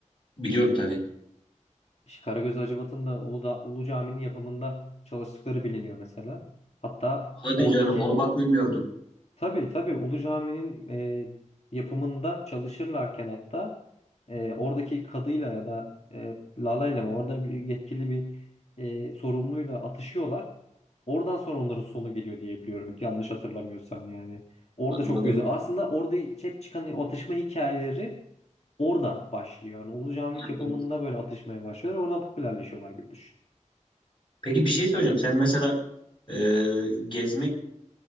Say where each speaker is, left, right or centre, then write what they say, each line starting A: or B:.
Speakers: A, on the left (about 40°); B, on the left (about 55°).
A: Biliyorum tabii.
B: İşte Karagöz Hacivat'ın da Uludağ, Ulu Cami'nin yapımında çalıştıkları biliniyor mesela. Hatta
A: Hadi
B: oradaki
A: canım, onu bak bilmiyordum.
B: Tabii tabii Ulu Cami'nin e, yapımında çalışırlarken hatta e, oradaki kadıyla ya da e, Lala'yla mı orada bir yetkili bir e, sorumluyla atışıyorlar. Oradan sonra onların sonu geliyor diye biliyorum yanlış hatırlamıyorsam yani. Orada
A: Anladım.
B: çok göze aslında orada hep çıkan o atışma hikayeleri orada başlıyor. Yani Ulu Cami
A: anladım.
B: yapımında böyle atışmaya başlıyorlar oradan popülerleşiyorlar gibi düşün.
A: Peki bir şey söyleyeceğim. Sen mesela e, gezmek